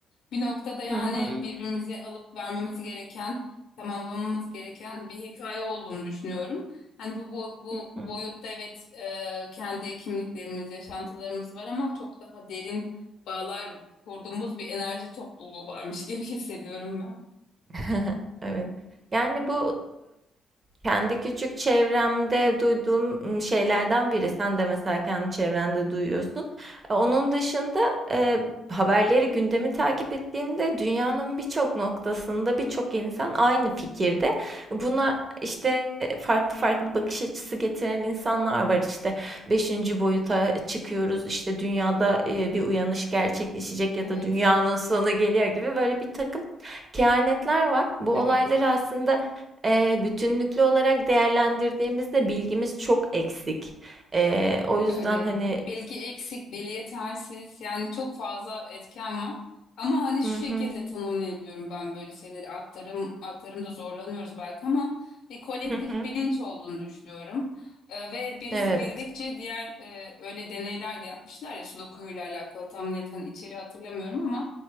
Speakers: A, on the left; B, on the right.
A: Bir noktada yani
B: Hı hı.
A: birbirimize alıp vermemiz gereken, tamamlamamız gereken bir hikaye olduğunu düşünüyorum. Hani bu bu, bu
B: Hı hı.
A: boyutta evet e, kendi kimliklerimiz, yaşantılarımız var ama çok daha derin bağlar kurduğumuz bir enerji topluluğu varmış gibi <laughs> hissediyorum ben.
B: <laughs> Evet. Yani bu kendi küçük çevremde duyduğum şeylerden biri. Sen de mesela kendi çevrende duyuyorsun. E, Onun dışında e, haberleri, gündemi takip ettiğimde dünyanın birçok noktasında birçok insan aynı fikirde. Buna işte farklı farklı bakış açısı getiren insanlar var. İşte beşinci boyuta çıkıyoruz. İşte dünyada e, bir uyanış gerçekleşecek ya
A: Evet,
B: da dünyanın sonu geliyor gibi böyle bir takım kehanetler var. Bu
A: evet.
B: olayları aslında Eee, bütünlüklü olarak değerlendirdiğimizde bilgimiz çok eksik. Eee, o yüzden
A: Öyle.
B: hani
A: Bilgi eksik, dil yetersiz. Yani çok fazla etken var. Ama hani şu
B: hı
A: şekilde
B: hı,
A: tanımlayabiliyorum ben böyle şeyleri. Aktarım, aktarımda zorlanıyoruz belki ama bir kolektif
B: hı hı,
A: bilinç olduğunu düşünüyorum. Ee, ve birisi
B: evet,
A: bildikçe diğer e, öyle deneyler de yapmışlar ya Sudoku'yla alakalı tam net hani içeri hatırlamıyorum ama